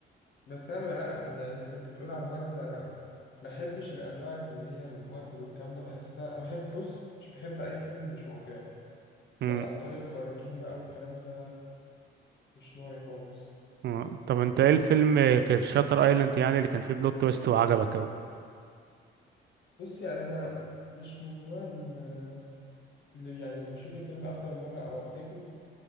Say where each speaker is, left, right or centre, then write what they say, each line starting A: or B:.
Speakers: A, on the left (about 65°); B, on the right (about 60°).
A: بس انا لا يعني انت كنت بتقول على مارفل انا ما بحبش الانواع اللي هي مارفل والكلام ده بحسها انا بحب بص مش بحب اي فيلم مش واقعي
B: مم.
A: ده الابطال الخارقين بقى والكلام ده مش نوعي خالص
B: آه. طب انت ايه الفيلم غير شاتر ايلاند يعني اللي كان فيه بلوت تويست وعجبك قوي
A: بص يعني انا مش من النوع ال- اللي يعني بشوف الفيلم اكتر من مره او افتكره